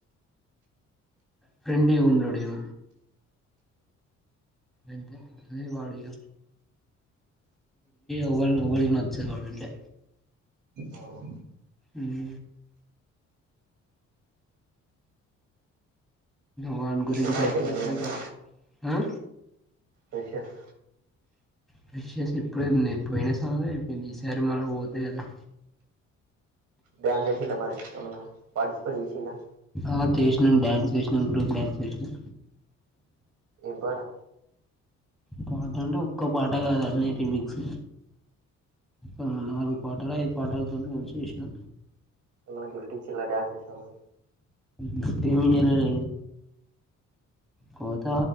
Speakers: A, in the centre; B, on the right.
A: ఫ్రెండ్లీ వుండడిగా అంతే వాడిగా ఎవల్ ఎవల్ నచరు వాళ్ళకి
B: అవునా
A: ఉమ్ వాని
B: ఫ్రెషర్స్
A: గురించి
B: అయిపోయిల్లా
A: అయిపోయిందా
B: మీరంతా
A: ఇగ ఆ
B: రేషన్
A: బ్రష్ చేశా ఇప్పుడే మళ్ళీ పోయినసారి ఐపోయినా మల్ల ఈ సారి పోతాయి కదా
B: డాన్స్ చేసింద్ర మరి పార్టిసిపేట్ చేసిల్లా
A: ఆ చేసినాం డ్యాన్స్ చేసినాం గ్రూప్ డ్యాన్స్ చేసినాం
B: అవునా
A: పాట అంటే ఒక్క పాట కాద అన్ని రిమిక్స్ ఒక నాలుగు పాటలు ఐదు పాటాలతో కలిసి చేసినా
B: మల్ల గిఫ్ ఇచ్చినరా డాన్స్ చేశావ్
A: గిఫ్ట్ ఏం ఇయాలే కోత